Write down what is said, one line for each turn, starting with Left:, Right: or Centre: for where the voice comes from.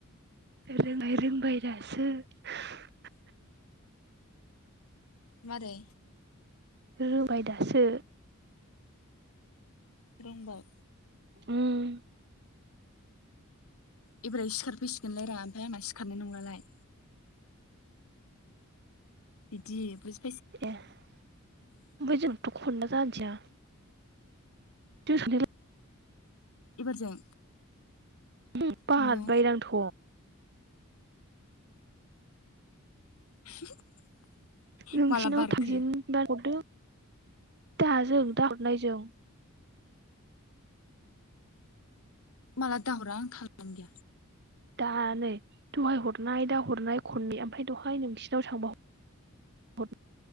Right: रोंनाय रोंबाय दासो <unintelligible>
Left: मारै
Right: रोबाय दासो
Left: रोंबाय
Right: उम
Left: एबोरै सिखारफैसिगोनलै रा ओमफ्राय आंना सिखारनाय नंलालाय बिदि बुज
Right: ए ओमफाय जोंथ' खनना जादिया जों सानैलाय
Left: एबारजों
Right: बै बाहार
Left: नंगौ
Right: बायरांथ'
Left: <unintelligible>
Right: नोंसिनाव
Left: माला बारखो
Right: थांजेनबा हरदो दाजों दाहरनायजों
Left: माला दाहरा आं थालानो गैया
Right: दा नै दहाय हरनाय दा हरनाय खननै ओमफाय दहाय नोंसिनाव थांबा ह हर